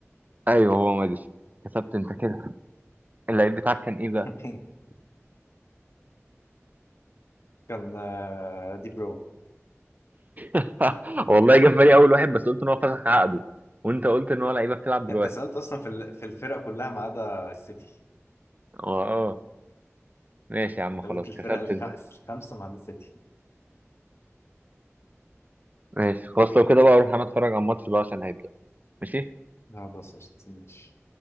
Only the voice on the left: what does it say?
<laughs> كان آه، دي بروين
انت سألت اصلا في ال- في الفرقة كلها ما عدا السيتي
انت
قلت الفرق
الخ...
الخمسه مع السيتي
لا بس ماشي